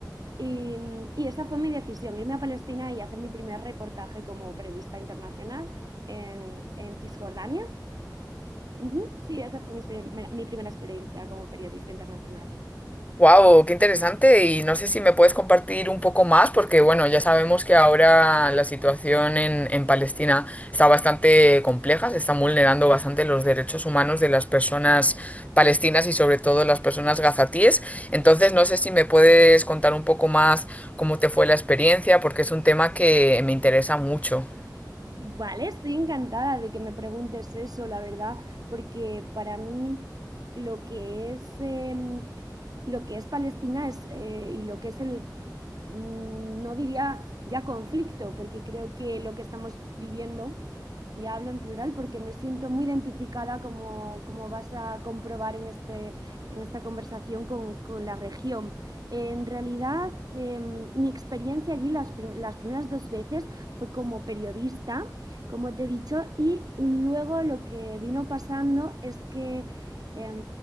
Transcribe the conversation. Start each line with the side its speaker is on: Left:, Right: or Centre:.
Right: y, y esa fue mi decisión, irme a Palestina y hacer mi primer reportaje como periodista internacional en, en Cisjordania. Ujú, Sí, esa fue mi, exper- mi primera experiencia como periodista internacional.
Left: Wow, qué interesante. Y no sé si me puedes compartir un poco más, porque bueno, ya sabemos que ahora la situación en, en Palestina está bastante compleja, se están vulnerando bastante los derechos humanos de las personas palestinas y sobre todo las personas gazatíes. Entonces, no sé si me puedes contar un poco más cómo te fue la experiencia, porque es un tema que me interesa mucho.
Right: Vale, estoy encantada de que me preguntes eso, la verdad, porque para mí lo que es em, lo que es Palestina es eh, y lo que es el mm, no diría ya conflicto, porque creo que lo que estamos viviendo, y hablo en plural porque me siento muy identificada como, como vas a comprobar en este, en esta conversación con, con la región. En realidad, em, mi experiencia allí las, prim- las primeras dos veces fue como periodista como te he dicho, y luego lo que vino pasando es que em,